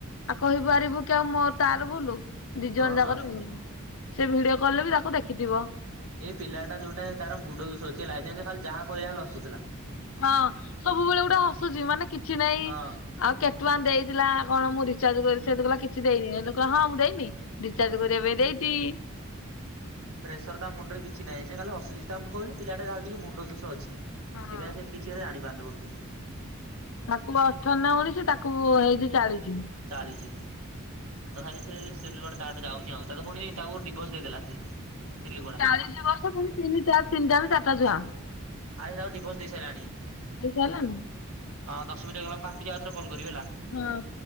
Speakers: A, on the left; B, on the right.
A: ଆଉ କହିପାରିବୁ କି ଆଉ ମୋ ତାର ଭୁଲୁ ଦିଇ
B: ହଁ
A: ଜଣ ଜାଙ୍କର
B: ବା
A: ଭୂଲ। ସେ ଭିଡିଓ କଲରେ ବି ତାକୁ ଦେଖିଥିବ।
B: ଏଇ ପିଲାଟା ଯୋଉଟାଏ ତାର ମୁଣ୍ଡ ଦୁଷଅଛି ହେଲା ହେଇଥିପାଇଁ ସେ ଖାଲି ଯାହା କହିଲେ ଖାଲି ହସୁଥିଲା।
A: ହଁ ସବୁବଳେ ଗୋଟେ ହସୁଚି ମାନେ କିଛିନାଇଁ।
B: ହଁ।
A: ଆଉ କେତଟଙ୍କା ଦେଇଥିଲା କଣ ମୁଁ ରିଚାର୍ଜ କରିି ସେତ କହିଲା କିଛି ଦେଇନି ହେଠୁ କହିଲା ହଁ ମୁଁ ଦେଇନି। ରିଚାର୍ଜ କରିବା ପାଇଁ ଦେଇଚି।
B: ପ୍ରେସର ତା ମୁଣ୍ଡରେ କିଛି ନାଇଁ ସେ ଖାଲି ହସୁଚି ତା ମୁଁ କହିଲି ପିଲାଟା ଯାହାହେଲେ ଟିକେ ମୁଣ୍ଡଦୋଷ ଅଛି ସେଇଥିପାଇଁ
A: ହଁ।
B: ସେ କି ଚି ହେଲେ ଜାଣିପାରନି ଭଲସେ।
A: ତାକୁ ଅଠର ନା ଉଣିସି ତାକୁ ହେଇଚି ଚାଳିସି।
B: ଚାଳିସି। ତ ଭାଇ ସେଇ ସ୍ତ୍ରୀ ଲୁକଟା ତାଆଡେ ଯାଉନି ଆଉ ତାର ତ ହଉନି ତାକୁ ଡିଭର୍ସ ଦେଇଦେଲା ସେ ସ୍ତ୍ରୀଲୁକ।
A: ହେଇଚି ବର୍ଷ ପୁଣି ତିନି ଚାର ତିନଟାରୁ ଚାରଟା ଛୁଆ।
B: ଆଇଲାକୁ ଡିଭର୍ସ ଦେଇ ସାଇଲାଣି।
A: ଖାଇ ସାରଲାଣିି।
B: ହଁ ଦଶମିଣ୍ଟି ହେଇଗଲା ମୁଁ କାଟିକି ଆଉଥରେ କଲ କରିବି ହେଲା।
A: ହଁ।